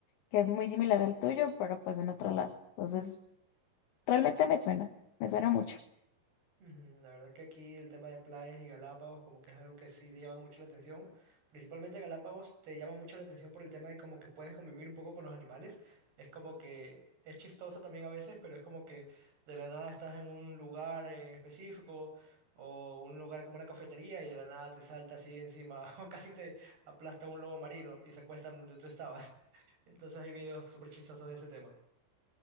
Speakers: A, on the left; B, on the right.
A: que es muy similar al tuyo, pero pues en otro lado. Entonces, realmente me suena, me suena mucho.
B: Ujú, La verdad que aquí el tema de playas y Galápagos como que es algo que sí te llama mucho la atención. Principalmente Galápagos te llama mucho la atención por el tema de como que puedes convivir un poco con los animales. Es como que es chistoso también a veces, pero es como que de la nada estás en un lugar en específico o un lugar como una cafetería y de la nada te salta así encima <laughs> o casi te aplasta un lobo marino y se acuesta donde tú estabas. <laughs> Entonces hay videos súper chistosos de ese tema.